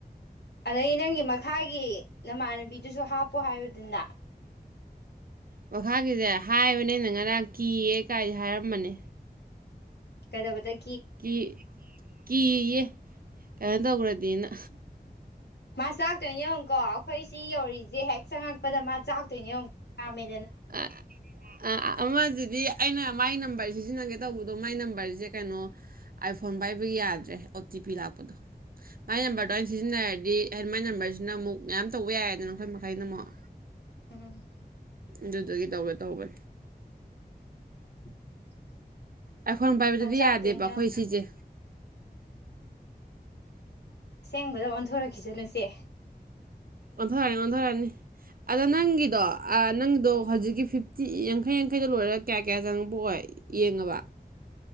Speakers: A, on the left; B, on the right.
A: ꯑꯗꯒꯤ ꯅꯪꯒꯤ ꯃꯈꯥꯒꯤ ꯅꯃꯥꯟꯅꯕꯤꯗꯨꯁꯨ ꯍꯥꯞꯄꯣ ꯍꯥꯏꯔꯨꯗꯨꯅ
B: ꯋꯥ ꯍꯗ ꯍꯥꯏꯕꯅꯦ ꯅꯪ ꯉꯔꯥꯡ ꯀꯤꯌꯦ ꯀꯥꯏ ꯍꯥꯏꯔ ꯃꯅꯦ
A: ꯀꯩꯗꯕꯊ
B: ꯀꯤ ꯀꯤꯌꯦ ꯀꯃꯥꯏꯅ ꯇꯧꯈ꯭ꯔꯗꯤꯅ
A: ꯃꯥ ꯆꯥꯛꯇꯣꯏꯅꯦ ꯌꯦꯡꯉꯨꯀꯣ ꯑꯩꯈꯣꯏ ꯁꯤ ꯌꯧꯔꯤꯁꯦ ꯍꯦꯛ ꯆꯪꯉꯛꯄꯗ ꯃꯥ ꯆꯥꯛꯇꯣꯏꯅꯦ ꯌꯦꯡꯉ ꯌꯥꯝꯥꯝꯃꯦ
B: ꯑ ꯑ ꯑꯃ ꯑꯗꯨꯗꯤ ꯑꯩꯅ ꯃꯥꯏ ꯅꯝꯕꯔ ꯁꯤꯖꯤꯟꯅꯒꯦ ꯇꯧꯕꯗꯣ ꯃꯥꯏ ꯅꯝꯕꯔꯁꯦ ꯀꯩꯅꯣ ꯑꯥꯏꯐꯣꯟ ꯄꯥꯏꯕ ꯌꯥꯗ꯭ꯔꯦ ꯑꯣ ꯇꯤ ꯄꯤ ꯂꯥꯛꯄꯗꯣ ꯃꯥꯏ ꯌꯥꯝꯝꯕꯔꯣꯟ
A: ꯎꯝ
B: ꯁꯤꯟ ꯍꯥꯏꯗꯤ ꯍꯦꯟꯃꯥꯏꯟ ꯅꯝꯕꯔꯁꯤꯅ ꯑꯃꯨꯛ ꯃꯌꯥꯝ ꯇꯧꯕ ꯌꯥꯏꯗꯅ ꯅꯈꯣꯏ ꯃꯈꯩꯅ ꯑꯃꯨꯛ
A: ꯎꯝ
B: ꯑꯗꯨꯗꯨꯒꯤ ꯇꯧꯒꯦ ꯇꯧꯒꯦ
A: <unintelligible>
B: ꯑꯩꯈꯣꯟ ꯄꯥꯏꯕꯗꯨꯗꯤ
A: ꯃꯥ ꯆꯥꯛꯇꯣꯏꯅꯦ
B: ꯌꯥꯗꯦꯕ ꯑꯩꯈꯣꯏ
A: ꯌꯦꯡꯉꯨ
B: ꯁꯤꯁꯦ
A: ꯑꯁꯦꯡꯕꯗ ꯑꯣꯟꯊꯣꯔꯛꯈꯤꯁꯅꯨꯁꯦ
B: ꯑꯣꯊꯣꯔꯅꯤ ꯑꯣꯗ ꯂꯅꯤ ꯑꯗ ꯅꯪꯒꯤꯗꯣ ꯅꯪꯗꯣ
A: ꯎꯝ
B: ꯍꯧꯖꯤꯛꯀꯤ ꯐꯤꯞ ꯁꯤ ꯌꯥꯡꯈꯩ ꯌꯥꯡꯈꯩꯗ ꯂꯣꯏꯔꯒ ꯀꯌꯥ ꯀꯌꯥ ꯆꯪꯉꯛꯄ ꯑꯣꯏ ꯌꯦꯡꯉꯕ